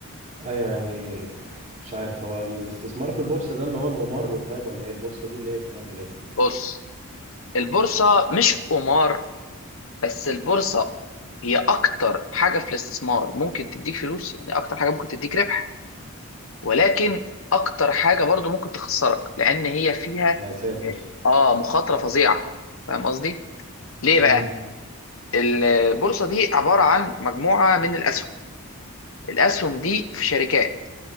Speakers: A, on the right; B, on the left.
A: ايوه يعني مش عارف هو الاستثمار في البورصة ده اللي هو القمار طيب ولا ايه البورصة دي اللي هي بتعمل ايه
B: بص البورصه مش قمار بس البورصه هي اكتر حاجه في الاستثمار ممكن تديك فلوس يعني اكتر حاجه ممكن تديك ربح ولكن اكتر حاجه برضو ممكن تخسرك لان هي فيها
A: يا ساتر
B: اه مخاطره فظيعه فاهم قصدي ليه
A: امم
B: بقى البورصه دي عباره عن مجموعه من الاسهم الاسهم دي في شركات